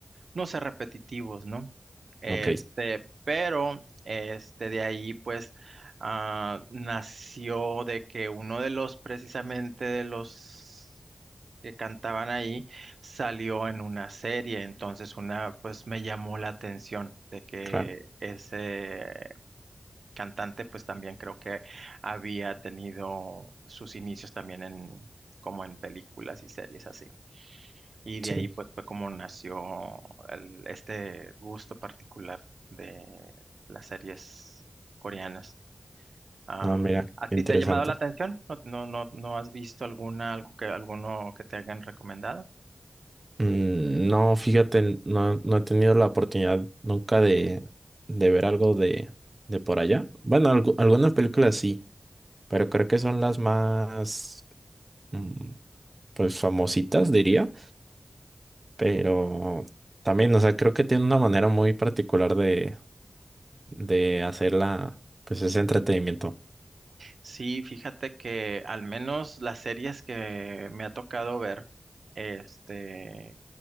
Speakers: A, on the right (about 85°); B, on the right (about 35°).
A: no ser repetitivos, ¿no? Este,
B: Ok,
A: pero este de ahí pues ah, nació de que uno de los precisamente de los que cantaban ahí salió en una serie, entonces una pues me llamó la atención de que
B: claro,
A: ese cantante pues también creo que había tenido sus inicios también en como en películas y series así. Y de
B: sí.
A: ahí pues fue como nació el- este gusto particular de las series coreanas. Am,
B: Ah, mira,
A: ¿a ti
B: qué interesante.
A: te ha llamado la atención? ¿No, no, no, no has visto alguna, algo que, alguno que te hayan recomendado?
B: Mm, no, fíjate, no, no he tenido la oportunidad nunca de, de ver algo de, de por allá. Bueno, algu- algunas películas sí, pero creo que son las más... mm, pues famositas, diría, pero también, o sea, creo que tiene una manera muy particular de, de hacerla, pues ese entretenimiento,
A: Sí, fíjate que al menos las series que me ha tocado ver, este,